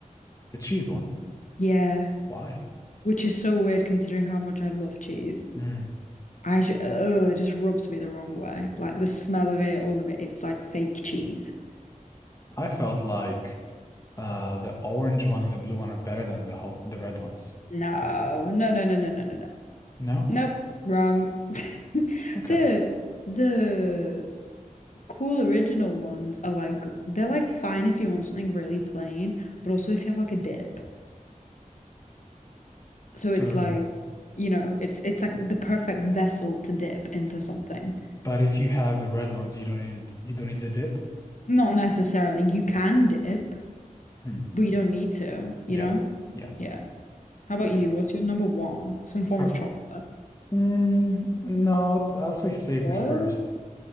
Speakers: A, on the left (about 25°); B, on the left (about 60°).
A: The cheese one?
B: Yeah,
A: Why?
B: Which is so weird considering how much I love cheese.
A: Mm.
B: I sh ugh, it just rubs me the wrong way. Like the smell of it, all of it, it's like fake cheese.
A: I felt like Uh, the orange one and the blue one are better than the whole, the red ones.
B: No, no, no, no, no, no, no, no.
A: No?
B: Nope, wrong. <laughs>
A: Okay.
B: The the cool original ones are like they're like fine if you want something really plain, but also if you have like a dip. So
A: So,
B: it's like, you know, it's it's like the perfect vessel to dip into something.
A: but if you have the red ones, you don't need you don't need the dip.
B: Not necessarily you can dip,
A: Hmm.
B: but you don't need to, you
A: Yeah.
B: know?
A: Yeah.
B: Yeah. How about
A: Okay.
B: you? What's your number one? Some form
A: For
B: of chocolate.
A: mm, no, I'll say savory
B: What?
A: first.